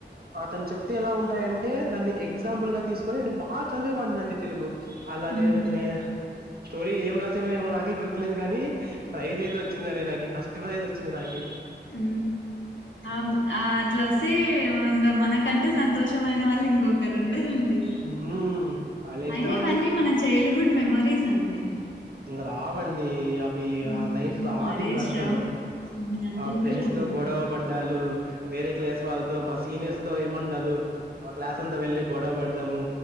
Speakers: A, on the right; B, on the left.
A: అతను చెప్తే ఎలా ఉంటాయంటే దాన్ని ఎగ్జాంపుల్ గా తీసుకొని నేను బాగా చదివేవాడినండి తెలుగు అలా నేన
B: ఉహు
A: నే స్టోరీ ఏం రాస్ ఏమో నాకే గుర్తు లేదు కానీ ప్రైజ్ అయితే వచ్చిందండి నాకె ఫస్ట్ ప్రైజ్ వచ్చింది నాకె
B: ఉ ఆమ్ ఆ అట్లా వస్తే ఇంకా మనకంటే సంతోషమైన వాళ్ళు ఇంకొకరు ఉండరండి
A: ఉమ్ భలే ఇష్టం
B: అయినా
A: అండి
B: ఇవన్నీ మన చైల్డ్హుడ్ మెమరీస్ అండి
A: ఇంగా రావండి అ
B: హ్మ్.
A: ఆ లైఫ్ రాదు
B: ఆ డేస్
A: ఇంకా అసలు
B: రావ్ అస్సలుకి
A: ఆ ఫ్రెండ్స్
B: రావండి
A: తో గొడవ పడ్డాలు వేరే క్లాస్ వాళ్ళతో మా సీనియర్స్ తో ఏమంటారు మా క్లాస్ అంతా వెళ్లి గొడవ పడ్డము